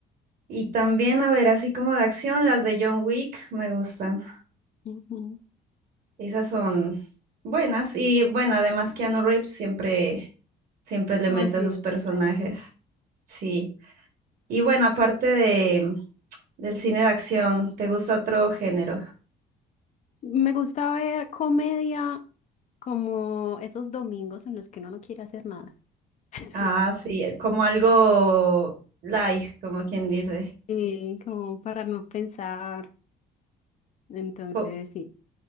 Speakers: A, on the right; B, on the left.
A: Y también, a ver, así como de acción, las de John Wick me gustan.
B: ujú.
A: Esas son buenas. Y bueno, además Keanu Reeves siempre, siempre le
B: Ah,
A: mete
B: sí,
A: a sus
B: es
A: personajes.
B: de Friends.
A: Sí. Y bueno, aparte de, del cine de acción, ¿te gusta otro género?
B: Me gusta ver comedia como esos domingos en los que uno no quiere hacer nada. <laughs>
A: Ah, sí, como algo light, como quien dice.
B: eh, como para no pensar. Entonces,
A: Co-
B: sí,